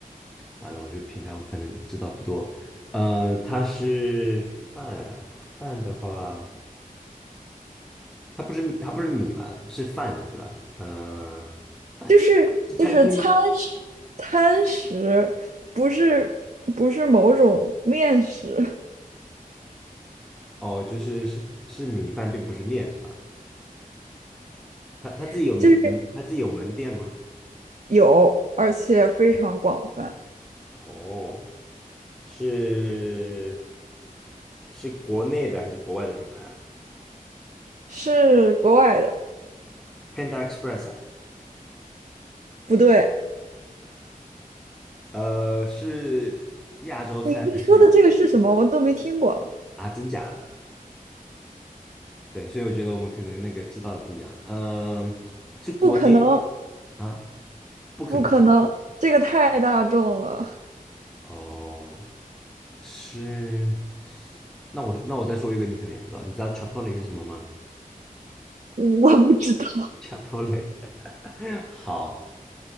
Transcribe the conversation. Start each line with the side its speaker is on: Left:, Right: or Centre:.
Centre: 完了，我这个品牌我可能知道不多，呃，它是饭啊，饭的话，它不是它不是米吧，是饭对吧？呃，饭
Right: 就是就是餐食，
Centre: 是餐厅吗？
Right: 餐食，不是不是某种面食。
Centre: 哦，就是是是米饭，并不是面是吧？它它自己有门，
Right: <laughs> 就是。
Centre: 它自己有门店吗？
Right: 有，而且非常广泛，
Centre: 哦，是是国内的还是国外的品牌
Right: 是国外的。
Centre: p a n d a Express 啊？
Right: 不对，
Centre: 呃，是亚洲餐还是？
Right: 你你说的这个是什么？我都没听过。
Centre: 啊，真假的？对，所以我觉得我们可能那个知道的不一样。嗯，是国内
Right: 不可能，
Centre: 啊，不可能
Right: 不可能，这个太大众了，
Centre: 哦，是。那我那我再说一个，你可能也不知道，你知道 c h i p o l i 是什么吗
Right: 我不知道，
Centre: c h i p o l i <laughs> 好，